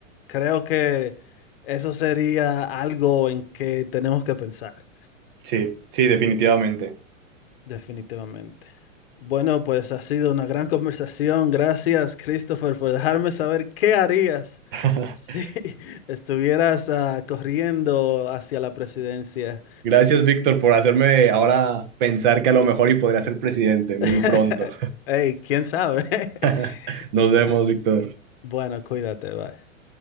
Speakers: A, on the left; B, on the right.
A: creo que... Eso sería algo en que tenemos que pensar,
B: Sí, sí, definitivamente.
A: definitivamente. Bueno, pues ha sido una gran conversación. Gracias, Christopher, por dejarme saber qué harías
B: <laughs>
A: si <laughs> estuvieras ah, corriendo hacia la presidencia.
B: Gracias, Víctor, por hacerme ahora pensar que a lo mejor y podría ser presidente muy
A: <laughs>
B: pronto.
A: Hey, quién sabe. <laughs>
B: <laughs> Nos vemos,
A: Bueno,
B: Víctor.
A: bueno, cuídate, bye.